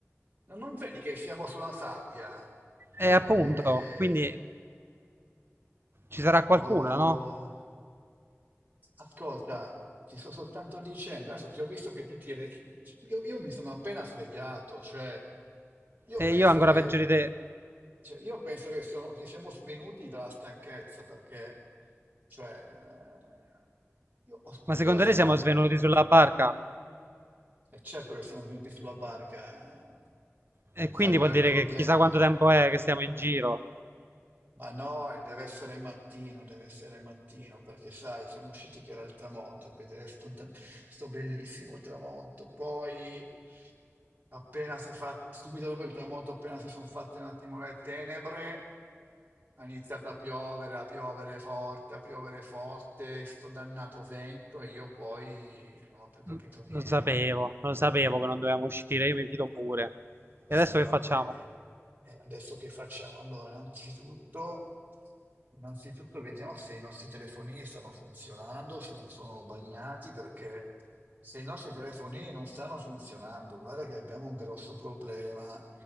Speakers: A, on the right; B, on the right.
A: non non vedi che siamo sulla sabbia? Eh.
B: E appunto, quindi ci sarà qualcuno,
A: Oh,
B: no?
A: ascolta, ti sto soltanto dicendo, adesso ti ho visto che tu ti eri... Io, io mi sono appena svegliato, cioè, io
B: E
A: penso
B: io ancora
A: che,
B: peggio di te.
A: cioè, io penso che, sono- che siamo svenuti dalla stanchezza, perché, cioè, eh, io, ho-
B: Ma secondo
A: io adesso
B: te
A: sono...
B: siamo svenuti sulla barca?
A: È certo che siamo venuti sulla barca. eh.
B: E
A: Sai
B: quindi
A: qual
B: vuol
A: è
B: dire
A: il problema?
B: che chissà quanto tempo è che stiamo in giro.
A: Ma no, e deve essere mattino, deve essere mattino, perché sai, siamo usciti che era il tramonto, a vedere sto, da- sto bellissimo tramonto. Poi, appena si è fatto, subito dopo il tramonto, appena si sono fatte un attimo le tenebre, ha iniziato a piovere, a piovere forte, a piovere forte, sto dannato vento e io poi non ho più capito
B: Mm,
A: niente.
B: Lo sapevo, lo sapevo che non dovevamo uscire, io mi fido pure.
A: Sì,
B: E adesso
A: va
B: che facciamo?
A: bene. Eh, adesso che facciamo? Allora, innanzitutto, innanzitutto vediamo se i nostri telefonini stanno funzionando, se non sono bagnati, perché se i nostri telefonini non stanno funzionando, guarda che abbiamo un grosso problema.